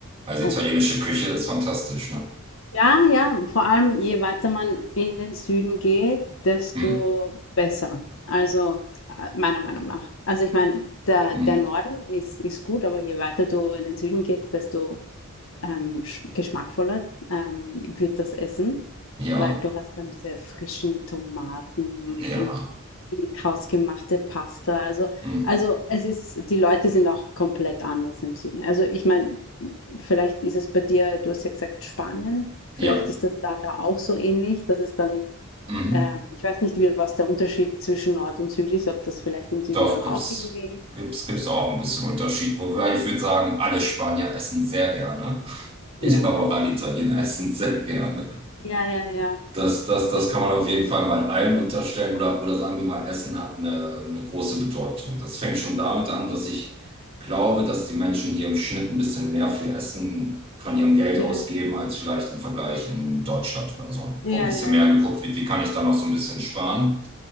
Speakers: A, on the right; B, on the left.
A: also
B: Und
A: italienische
B: äh,
A: Küche ist fantastisch, ne?
B: ja, ja, vor allem je weiter man in den Süden geht, desto
A: Hm,
B: besser. Also äh, meiner Meinung nach. Also ich meine, der,
A: hm,
B: der Norden ist, ist gut, aber je weiter du in den Süden gehst, desto ähm, geschmackvoller ähm, wird das Essen,
A: ja,
B: weil du hast dann diese frischen Tomaten und,
A: ja.
B: und die hausgemachte Pasta. Also,
A: Hm.
B: also es ist, die Leute sind auch komplett anders im Süden. Also ich meine, vielleicht ist es bei dir, du hast ja gesagt Spanien, vielleicht
A: Ja,
B: ist das da, da auch so ähnlich, dass es dann,
A: mhm.
B: ähm, ich weiß nicht, wie, was der Unterschied zwischen Nord und Süd ist, ob das vielleicht im Süden
A: Doch,
B: dann
A: gibt's,
B: auch irgendwie,
A: gibt's, gibt's auch ein bisschen Unterschied. Wobei ich würde sagen, alle Spanier essen sehr gerne. <laughs>
B: ja,
A: Ich glaube
B: ja,
A: auch alle Italiener essen sehr gerne.
B: ja, ja, ja,
A: Das, das, das
B: definitiv.
A: kann man auf jeden Fall mal allen unterstellen oder, oder sagen wir mal, Essen hat eine, eine große Bedeutung. Das fängt schon damit an, dass ich glaube, dass die Menschen hier im Schnitt ein bisschen mehr für Essen von ihrem Geld
B: Ja,
A: ausgeben, als vielleicht im Vergleich in Deutschland oder so,
B: ja,
A: wo ein bisschen
B: ja,
A: mehr
B: ja.
A: geguckt wird, wie kann ich da noch so ein bisschen sparen.